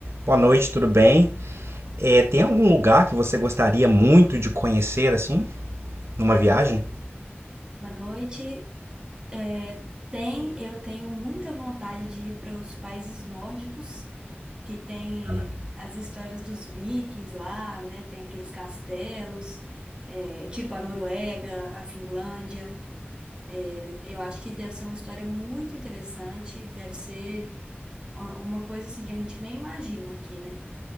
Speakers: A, on the right (about 85°); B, on the right (about 20°).
A: Boa noite, tudo bem? É, tem algum lugar que você gostaria muito de conhecer, assim, numa viagem?
B: Boa noite. É, tem, eu tenho muita vontade de ir para os países nórdicos, que tem
A: Ana?
B: as histórias dos vikings lá, né? Tem aqueles castelos, é, tipo a Noruega, a Finlândia. É, eu acho que deve ser uma história muito interessante, deve ser ó, uma coisa assim que a gente nem imagina aqui, né?